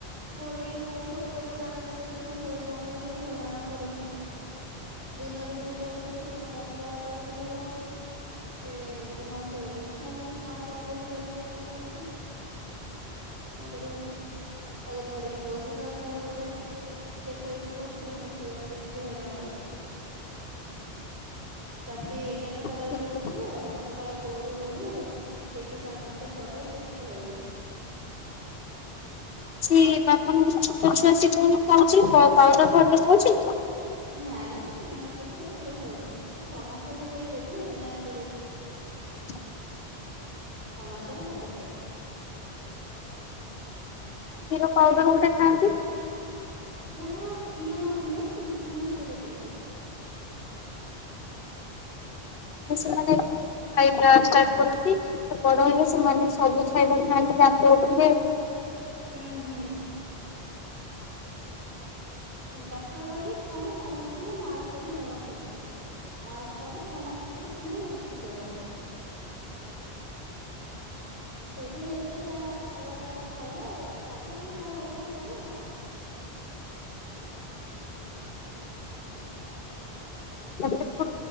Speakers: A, on the right; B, on the left.
A: ଘୋଡ଼େଇକି କୋଉ ଶୋଇପାରିବୁ ରାତିରେ ତ ଝିଅ ଶୋଇ ଦଉନି ଯୋଉ ହଇରାଣ କରୁଛି ଦିନରେ ବହୁତ ଟାଇମ୍ ଶୋଇ ପଡ଼ୁଛି ନା ରାତିରେ ଆଉ ତାକୁ ନିଦ ହଉନି ସେ ଜମା ସଉନି ଖାଲି କାଉଁ କାଉଁ କରିକି ରାତିରେ କମ୍ପଉଛି। କ କରିବୁ ତାକୁ ଧରିକି ବସ ତାକୁ ଖାଇବାକୁ ଦେ ଟିକେ ଶୋଇଥିବ ପୁଣି ଉଠିବ ଏମିତି ହଇରାଣ କରୁଛି। ରାତି ଏଗାରଟା ସାଢ଼େ
B: ଲାଗେ।
A: ଗୋଟାରୁ ଉଠିବ ସଖାଳ ଭୋରୁ ଭୋରୁ ହେଇକି ସାଢ଼େ ପାଞ୍ଚଟା ଛ ଟା ରୁ ପୁଣି ସୋଇବ।
B: ସେ ବାପଣଙ୍କର ଛୋଟ ଛୁଆ ସିଏ କଣ ଖାଉଛି ପାଉଡର୍ ଫାଉଡର୍ ଖାଉଛି?
A: ନା ନା ସେ ତିନି ମାସ ଛୁଆ କ୍ଷୀର ଖାଉଛି ଏ ଛଅ ମାସ ହେଲେ ଯାଇକି ଦେବି ନା ଏଇନା ଆଉ ଦେବି କି
B: <inaudible>
A: ଛଅ ମାସରେ ଖାଦ୍ୟ ଖାଇବ।
B: କ୍ଷୀର ପାଉଡର ଗୋଟେ ଥାଆନ୍ତି?
A: ଯାହାର କ୍ଷୀର ନ ହୁଏ ସେମାନେ ସେଇଟା ଦିଅନ୍ତି।
B: ସେମାନେ ଖାଇବା ଷ୍ଟାର୍ଟ କରନ୍ତି ବଡ଼ ହେଲେ
A: ହୁଁ
B: ସେମାନେ ସବୁ ଖାଇବା ଖାଆନ୍ତି ଦାନ୍ତ ଉଠିଲେ।
A: ହୁଁ ହୁଁ। ଡକ୍ଟର କହିିଛି ଛୁଆଙ୍କୁ ଛ ମାସ ପର୍ଯ୍ୟନ୍ତ ମା କ୍ଷୀର ହିଁ ଦବା ଠିକ୍। ତାପରେ ଛଅ ମାସ ପରେ ତମେ ଖାଦ୍ୟ ଦବ। ସେଇଠୁ ଧୀରେ ଧୀରେ ଯାହା ଖାଇବାଟା ଖାଇଲେ ତାପରେ ତମେ ଯାହା ଦବା କଥା ଦବ ଆଉ।
B: ତାପରେ ଛୋଟ